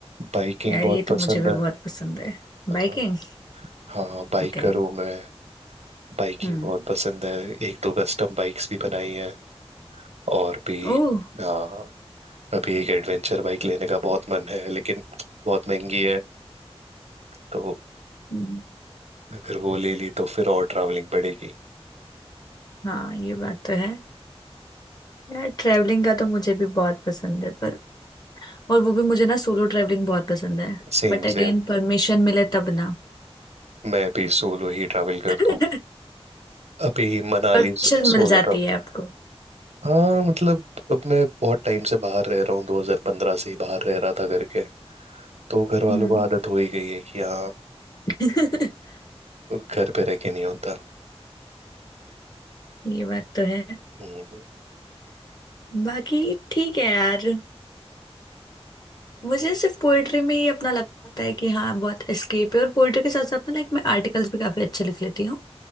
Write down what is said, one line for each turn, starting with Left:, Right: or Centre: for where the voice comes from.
Right: बाइकिंग
Left: यार
Right: बहुत
Left: ये तो
Right: पसंद
Left: मुझे भी
Right: है
Left: बहुत पसंद है बाइकिंग
Right: हाँ हाँ बाइकर
Left: ओके
Right: हूँ मैं बाइकिंग
Left: हम्म
Right: बहुत पसंद है एक दो कस्टम बाइक्स भी बनाई है और भी
Left: ओह
Right: आ, अभी एक एडवेंचर बाइक लेने का बहुत मन है लेकिन बहुत महंगी है तो
Left: <laughs>
Right: अगर वो ले ली तो फिर और ट्रैवलिंग पड़ेगी
Left: हाँ ये बात तो है यार ट्रैवलिंग का तो मुझे भी बहुत पसंद है पर और वो भी मुझे ना सोलो ट्रैवलिंग बहुत पसंद है
Right: Same
Left: बट अगेन
Right: same
Left: परमिशन मिले तब ना
Right: मैं भी सोलो ही ट्रैवल
Left: <laughs>
Right: करता हूँ अभी मनाली
Left: परमिशन
Right: सो,
Left: मिल
Right: सोलो
Left: जाती
Right: ट्रैवल
Left: है आपको
Right: हाँ मतलब अब मैं बहुत टाइम से बाहर रह रहा हूँ 2015 से ही बाहर रह रहा था करके तो घर वालों
Left: हम्म
Right: को आदत हो ही गई है कि हाँ
Left: <laughs>
Right: घर पे रह के नहीं होता
Left: ये बात तो है
Right: हम्म,
Left: बाकी ठीक है यार मुझे सिर्फ पोएट्री में ही अपना लगता है कि हाँ बहुत एस्केप है और पोएट्री के साथ साथ ना लाइक मैं आर्टिकल्स भी काफी अच्छे लिख लेती हूँ